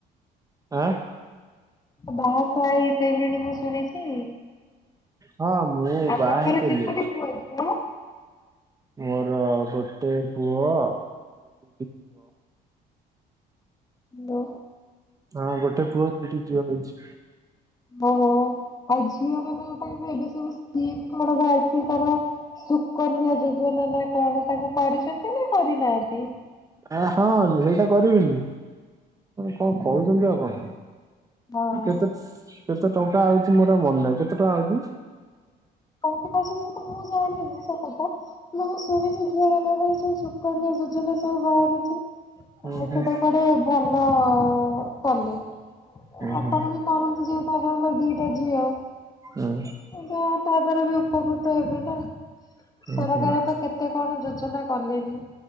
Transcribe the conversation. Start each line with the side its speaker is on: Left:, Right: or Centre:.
Right: ଆଁ।
Left: ବାହା ଖୁଆ ହେଇସାଇଲେଣି ମୁଁ ଶୁଣିଛି
Right: ହଁ ମୁଁ
Left: ଆପଣଙ୍କର
Right: ବାହା ହେଇଥିଲି
Left: କେତୋଟି ପୁଅ ଅ କ୍ୟା
Right: ମୋର ଗୋଟେ ପୁଅ ଆଉ ଦିଟି ଝିଅ।
Left: ହ୍ୟାଲୋ।
Right: ହଁ ଗୋଟେ ପୁଅ ଦିଇଟିି ଝିଅ ହେଇଛି।
Left: ଓଃ ଆଉ ଝିଅ ମାନଙ୍କ ପାଇଁ ଏବେ ସ୍କିମ୍ କଣ ବାହାରିଛି? କି କଣ ସୁକନ୍ୟା ଯୋଜନା ନା କଣ ତାକୁ କରିଛନ୍ତି ନା କରିନାହାନ୍ତି?
Right: ଆ ହଁ ଏଇଟା କରିବିନି କଣ କହୁଛନ୍ତି ଆପଣ
Left: ହଁ।
Right: କେତେ କେତେ ଟଙ୍କା ଆଉଛି ମୋର ଆଉ ମନେ ନାହିଁ କେତେ ଟଙ୍କା ଆଉଛି?
Left: ଟଙ୍କା ଆଶୁଛି ତ ମୁଁ ଜାଣିନି ସେ କଥା ମୁଁଁ ଶୁଣିଛି ଝିଅ ମାନଙ୍କ ପାଇଁ ସବୁ ସୁକନ୍ୟା ଯୋଜନା ସବୁ ବାହାରିଛି
Right: ହୁଁ
Left: ହଁ
Right: ହୁଁ
Left: ସେଟା କୁଆଡେ ଭଲ କଲେ
Right: ହୁଁ
Left: ଆପଣ
Right: ହୁଁ
Left: ବି କରନ୍ତୁ ଯେହେତୁ ଆପଣଙ୍କର ଦିଟା ଝିଅ
Right: ହୁଁ
Left: ଯା ତା ଦ୍ଵାରା ବି ଉପକୃତ ହେବେ ନା
Right: ହୁଁ
Left: ସରକାର
Right: ହୁଁ।
Left: ତ କେତେ କଣ ଯୋଜନା କଲେନି